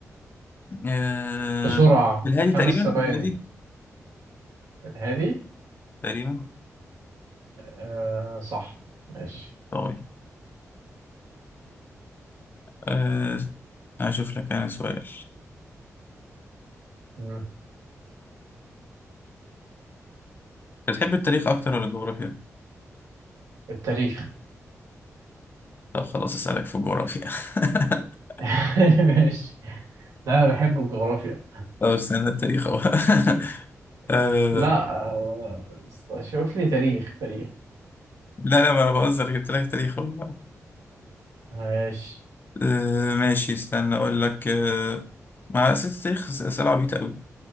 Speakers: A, on the left (about 35°); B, on the right (about 85°).
A: آه...
B: بسرعة
A: الهادي
B: خمس
A: تقريبا
B: ثواني
A: الهادي
B: الهادي
A: تقريبا
B: آه صح ماشي
A: طيب أه أشوف لك أنا سؤال
B: مم.
A: بتحب التاريخ أكتر ولا الجغرافيا؟
B: التاريخ
A: طب خلاص أسألك في الجغرافيا <laughs>
B: <laughs> ماشي لا أنا بحب الجغرافيا
A: طب استنى التاريخ أهو <laughs> أه
B: لا آه شوف لي تاريخ تاريخ
A: لا لا ما أنا بهزر جبت لك تاريخ أهو
B: ماشي
A: أه ماشي استنى أقول لك أه ما أسئلة التاريخ أس- أسئلة عبيطة أوي